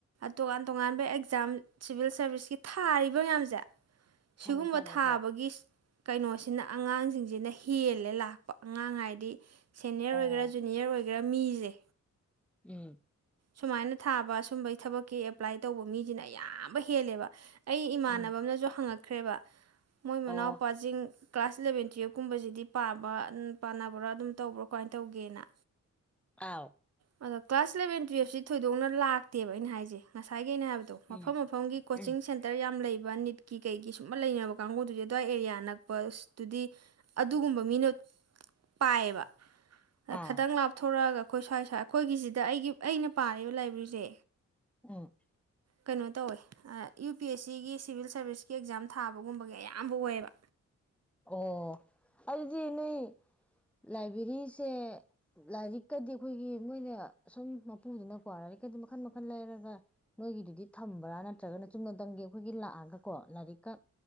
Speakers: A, on the right (about 55°); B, in the centre.
A: ꯇꯣꯉꯥꯟ ꯇꯣꯉꯥꯟꯕ ꯑꯦꯛꯖꯥꯝ ꯁꯤꯚꯤꯜ ꯁꯥꯔꯚꯤꯁꯀꯤ ꯊꯥꯔꯤꯕ ꯃꯌꯥꯝꯁꯦ ꯁꯤꯒꯨꯝꯕ
B: ꯊꯥꯅꯤ ꯊꯥꯅꯤ
A: ꯊꯥꯕꯒꯤ
B: ꯍꯣꯏ
A: ꯀꯩꯅꯣꯁꯤꯅ ꯑꯉꯥꯡꯁꯤꯡꯁꯤꯅ ꯍꯦꯜꯂꯦ ꯂꯥꯛꯄ ꯑꯉꯥꯡ ꯍꯥꯏꯗꯤ ꯁꯅꯤꯌꯔ
B: ꯑꯣ
A: ꯑꯣꯏꯒꯦꯥꯖꯨꯅꯤꯔ ꯑꯣꯏꯒꯦꯥ ꯁꯤꯔ ꯃꯤꯁꯦ
B: ꯎꯝ
A: ꯁꯨꯃꯥꯏꯅ ꯊꯥꯕ ꯁꯨꯝꯕꯒꯤ ꯊꯕꯛꯀꯤ ꯑꯦꯄ꯭ꯂꯥꯏ ꯇꯧꯕ ꯃꯤꯁꯤꯅ ꯑꯌꯥꯝꯕ ꯍꯦꯜꯂꯦꯕ ꯑꯩ ꯏꯃꯥꯟꯅꯕ
B: ꯎꯝ
A: ꯑꯃꯅꯁꯨ ꯍꯪꯉꯛ ꯈ꯭ꯔꯦꯕ ꯃꯣꯏ ꯃꯅꯥꯎ
B: ꯑꯣ
A: ꯄꯋꯥꯖꯤꯡ ꯀ꯭ꯂꯥꯁ ꯏꯂꯚꯦꯟ ꯇꯨꯌꯦꯜꯞꯀꯨꯝꯕꯁꯤꯗꯤ ꯄꯥꯕ ꯄꯥꯅꯕ꯭ꯔꯥ ꯑꯗꯨꯝ ꯇꯧꯕ꯭ꯔꯥ ꯀꯃꯥꯏꯅ ꯇꯧꯒꯦꯅ
B: ꯑꯥꯎ
A: ꯑꯣ ꯀ꯭ꯂꯥꯁ ꯂ ꯇꯨꯋꯌꯦꯞꯁꯤ ꯊꯣꯏꯗꯣꯛꯅ ꯂꯥꯛꯇꯦꯕ ꯑꯩꯅ ꯍꯥꯏꯁꯦ ꯉꯁꯥꯏ ꯦ ꯍꯥꯏꯕꯗꯣ ꯃꯐꯝ
B: ꯎꯝ
A: ꯃꯐꯝꯒꯤ ꯀꯣꯆꯤꯡ
B: ꯎꯝ
A: ꯁꯦꯟꯇꯔ ꯌꯥꯝ ꯂꯩꯕ ꯅꯤꯠꯀꯤ ꯀꯩꯒꯤ ꯁꯨꯝ ꯂꯩꯅꯕ ꯀꯥꯡꯕꯨꯗꯨꯗꯤ ꯑ꯭ꯋꯥꯏ ꯑꯦꯔꯤꯌꯥ ꯅꯛꯄꯇꯨꯗꯤ ꯑꯗꯨꯒꯨꯝꯕ ꯃꯤꯅ ꯄꯥꯏꯌꯦꯕ
B: ꯑꯥ
A: ꯈꯤꯇꯪ ꯂꯥꯞꯊꯣꯔꯛꯑꯒ ꯑꯩꯈꯣꯏ ꯁ꯭ꯋꯥꯏ ꯁ꯭ꯋꯥꯏ ꯑꯩꯈꯣꯏꯒꯤꯁꯤꯗ ꯑꯩꯒꯤ ꯑꯩꯅ ꯄꯥꯕ ꯂꯥꯏꯕ꯭ꯔꯦꯔꯤꯁꯦ
B: ꯎꯝ
A: ꯀꯩꯅꯣ ꯇꯧꯋꯦ ꯌꯨ ꯄꯤ ꯑꯦꯁ ꯁꯤꯒꯤ ꯁꯤꯚꯤꯜ ꯁꯥꯔꯚꯤꯁꯀꯤ ꯑꯦꯛꯖꯥꯝ ꯊꯥꯕꯒꯨꯝꯕꯒꯤ ꯑꯌꯥꯝꯕ ꯑꯣꯏꯌꯦꯕ
B: ꯑꯣ ꯑꯗꯨꯗꯤ ꯅꯣꯏ ꯂꯥꯏꯕ꯭ꯔꯦꯔꯤꯁꯦ ꯂꯥꯏꯔꯤꯛꯀꯗꯤ ꯑꯩꯈꯣꯏꯒꯤ ꯃꯣꯏꯅ ꯁꯨꯝ ꯃꯄꯨꯗꯨꯅꯀꯣ ꯂꯥꯏꯔꯤꯛꯀꯗꯤ ꯃꯈꯟ ꯃꯈꯜ ꯂꯩꯔꯒ ꯅꯣꯏꯒꯤꯗꯨꯗꯤ ꯊꯝꯕ꯭ꯔꯥ ꯅꯠꯇ꯭ꯔꯒꯅ ꯆꯨꯝꯅꯗꯪꯒꯤ ꯑꯩꯈꯣꯏꯒꯤ ꯂꯥꯛꯑꯒꯀꯣ ꯂꯥꯏꯔꯤꯛꯀ